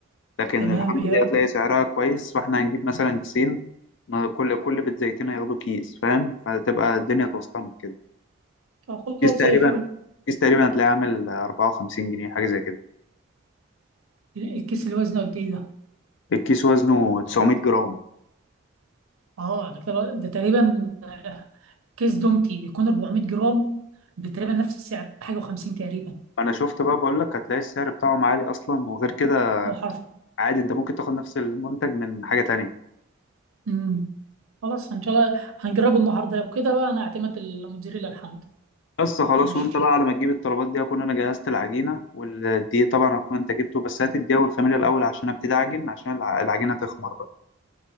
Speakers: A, on the left; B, on the right.
A: لكن
B: تمام
A: الحمد
B: هي
A: دي هتلاقي سعرها كويس فاحنا هنجيب مثلا كيسين ما كل كل بيت زيتين هياخدوا كيس فاهم فهتبقى الدنيا اتوسطنت كده
B: آه، خلاص
A: الكيس تقريبا
B: زي الفل
A: الكيس تقريبا هتلاقيه عامل 54 جنيه حاجه زي كده
B: ال- الكيس اللي وزنه قد ايه ده
A: الكيس وزنه 900 جرام
B: اه ده كده ده تقريبا كيس دومتي بيكون 400 جرام بتقريبا نفس السعر حاجه و50 تقريبا
A: انا شفت بقى بقول لك هتلاقي السعر بتاعهم عالي اصلا وغير كده
B: او حرف
A: عادي انت ممكن تاخد نفس المنتج من حاجه تانية
B: امم خلاص ان شاء الله هنجربه النهارده لو كده بقى انا اعتمد الموتزاريلا الحمد
A: بس خلاص
B: ماشي
A: وانت بقى على ما تجيب الطلبات دي اكون انا جهزت العجينه والدقيق طبعا هكون انت جبته بس هات الدقيق والخميره الاول عشان ابتدي اعجن عشان الع- العجينه تخمر بقى